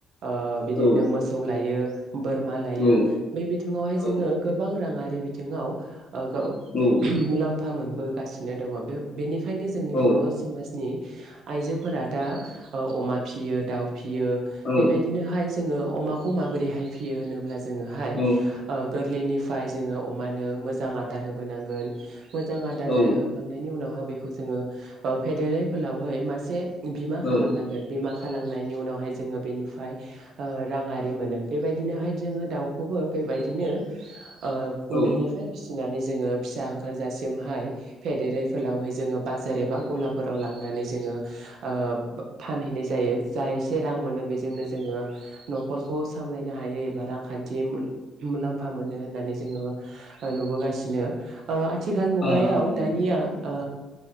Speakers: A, on the right; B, on the left.
A: ओ बिदिनो
B: औ
A: मोसौ लायो बोरमा लायो।
B: औ
A: बे बिथिङावहाय
B: औ
A: जोङो गोबां रां आरो बे बिथिङाव ओ गाव
B: औ
A: <unintelligible> मुलाम फा मोनबो गासिनो दङ बे बेनि खायनो जोंनि
B: औ
A: बर' समाजनि आइजोफोरा दा अमा फियो दाउ फियो
B: औ
A: बेबायदिनो हाय जोङो अमाखौ माबोरैहाय फियो होनोब्ला जों जोङोहाय
B: औ
A: ओ गोरलैनिफ्राय जोङो अमानो मोजां आदार होबोनांगोन मोजां आदार
B: औ
A: नाय होखांनायनि उनावहाय बेखौ जोङो ओ फेदेरै फोलावहै मासे बिमा
B: औ
A: खालामनांगोन।
B: औ
A: बिमा खालामनायनि उनावहाय जोङो बेनिफ्राय राङारि मोनो बेबायदिनो हाय जोङो दाउखौबो बेबायदिनो ओ उन्दैनिफ्राय
B: औ
A: फिसिनानै जोङो फिसा ओंखारजासिम हाय फेदेरै फलावहै जोङो बाजार एबा गलाफोराव लांनानै जोङो ओ फानहैनाय जायो जाय ऐसे रां मोनो बेजोंनो जोङो न'खरखौ सामलायनो हायो एबा रांखान थि मुल मुलाम्फा मोनो होननानै जोङो नुबो गासिनो। आ आथिखाल मुगायाव
B: दङ दङ औ
A: दानिया ओ